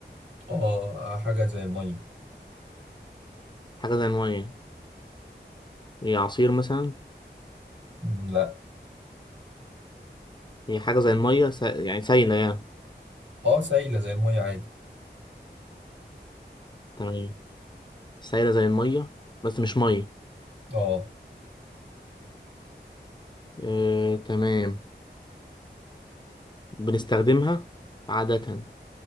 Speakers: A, on the right; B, on the left.
A: اه حاجة زي المية
B: حاجة زي المية هي عصير مثلا
A: مم، لا
B: هي حاجة زي المية س... يعني سايلة يعني
A: اه سايلة زي المية عادي
B: تمام سايلة زي المية بس مش مية
A: اه
B: آه تمام بنستخدمها عادة